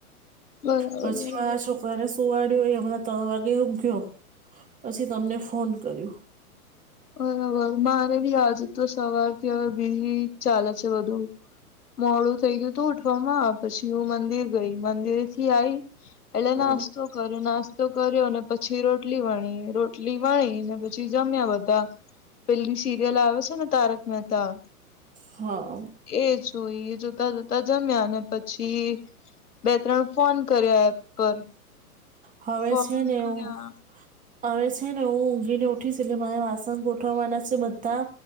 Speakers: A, on the left; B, on the right.
A: બરાબર
B: પછી
A: બરાબર
B: મારા છોકરાને સુવાડ્યુંય હમણાં ત્રણ વાગે હૂ ગયો પછી તમને ફોન કર્યો
A: બરાબર મારે બી આજે તો સવારથી હવે બીઝ ચાલે છે બધું મોડું થઈ ગયું હતું ઉઠવામાં પછી હું મંદિર ગઈ મંદિર થી આઈ એટલે
B: અ,
A: નાસ્તો કર્યો નાસ્તો કર્યો અને પછી રોટલી વણી રોટલી વણી ને પછી જમ્યા બા પેલી સિરિયલ આવે છે ને તારક મહેતા
B: હા
A: એ જોઈ જોતા જોતા જમ્યા ને પછી બે ત્રણ ફોન કર્યો એપ પર
B: હવે
A: ફોન
B: છે ને એવું
A: કર્યા
B: આવે છે ને હું ઊંઘીને ઊઠીશ એટલે મારે વાસણ ગોઠવવાના છે બધા